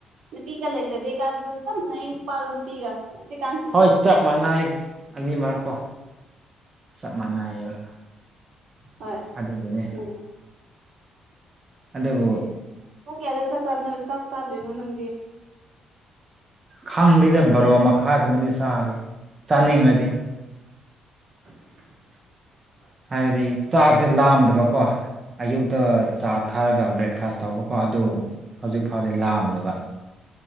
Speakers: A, on the right; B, on the right.
A: ꯅꯨꯄꯤꯒ ꯂꯩꯖꯗꯦ ꯀꯥꯗꯁ <unintelligible> ꯅꯨꯄꯥꯁꯨ ꯅꯨꯄꯤꯒ ꯍꯧꯖꯤꯛꯀꯥꯟꯁꯤꯗꯤ
B: ꯍꯣꯏ ꯆꯞ ꯃꯥꯟꯅꯩ ꯑꯅꯤ ꯃꯔꯛ ꯀꯣ ꯆꯞ ꯃꯥꯟꯅꯩꯌꯦꯕ
A: ꯍꫭꯏ
B: ꯑꯗꯨꯒꯤꯅꯦ
A: ꯃꯥꯟꯅꯩ
B: ꯑꯗꯨꯕꯨ
A: ꯄꯨꯡ ꯀꯌꯥꯗ ꯆꯥꯛ ꯆꯥꯅ ꯆꯥꯛ ꯆꯥꯗꯣꯏꯅꯣ ꯅꯪꯗꯤ
B: ꯈꯪꯗꯦꯗ ꯕꯔꯣ ꯃꯈꯥꯏꯒꯨꯝꯕꯗꯤ ꯆꯥꯒꯦ ꯆꯥꯅꯤꯡꯉꯗꯤ
A: <inaudible>
B: ꯍꯥꯏꯕꯗꯤ ꯆꯥꯛꯁꯦ ꯂꯥꯝꯗꯕꯀꯣ ꯑꯌꯨꯛꯇ ꯆꯥ ꯊꯥꯛꯑꯒ ꯕ꯭ꯔꯦꯛꯐꯥꯁ ꯇꯧꯕꯀꯣ ꯑꯗꯨ ꯍꯧꯖꯤꯛ ꯐꯥꯎꯗꯤ ꯂꯥꯝꯗꯕ